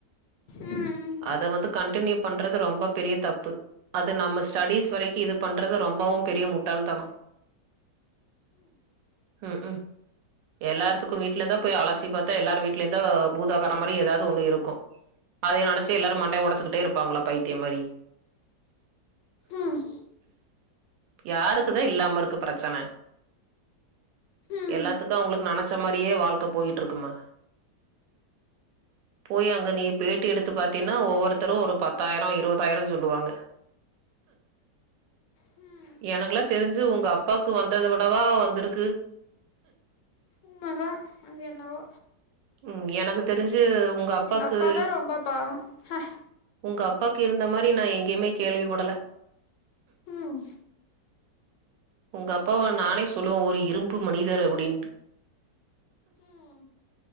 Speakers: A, on the left (about 80°); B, on the right (about 80°).
A: ம்
B: அத வந்து கண்டின்யூ பண்றது ரொம்ப பெரிய தப்பு அது நம்ம ஸ்டடீஸ் வரைக்கு இது பண்றது ரொம்பவு பெரிய முட்டாள தனொ ம் ம் எல்லார்த்துக்கு வீட்லதா போய் அலசி பாத்தா எல்லார் வீட்லய்ந்தா பூதாகாரம் மாதிரி எதாவ்து ஒன்னு இருக்கு அதை நெனச்சு எல்லாரு மண்டைய ஒடச்சுக்கிட்டே இருப்பாங்களா பைத்தியம் மாரி
A: ம்
B: யாருக்குதா இல்லாமருக்கு பிரச்சன
A: ம்
B: எல்லாத்துக்கு அவுங்களுக்கு நன ச்ச மாரியே வாழ்க்க போயிட்ருக்குமா போய் அங்க நீ பேட்டி எடுத்து பாாத்தீன்னா ஒவ்வொருத்தரு ஒரு பத்தாயிரொ இருவதாயிரொ சொல்லுவாங்க
A: ம்
B: எனக்குலா தெருஞ்சு உங்க அப்பாக்கு வந்தத விடவா வந்துருக்கு
A: உண்ம தா அது என்னவோ
B: ம் எனக்கு தெரிஞ்சு உங்க அப்பாக்கு
A: எங்க அப்பாதா ரொம்ப பாவொ ஹ
B: உங்க அப்பாக்கு இருந்த மாரி நா எங்கய்மே கேள்விப்படல
A: ம்
B: உங்க அப்பாவ நானே சொல்லுவ ஒரு இரும்பு மனிதர் அபுடின்ட்டு
A: ம்